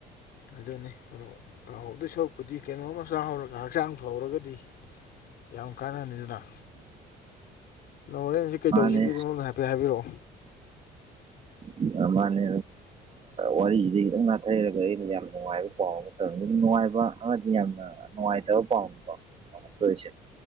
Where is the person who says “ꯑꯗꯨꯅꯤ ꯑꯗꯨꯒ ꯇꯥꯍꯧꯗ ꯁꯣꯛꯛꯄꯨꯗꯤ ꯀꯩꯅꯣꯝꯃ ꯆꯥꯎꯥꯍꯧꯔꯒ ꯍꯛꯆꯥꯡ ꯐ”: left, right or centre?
Left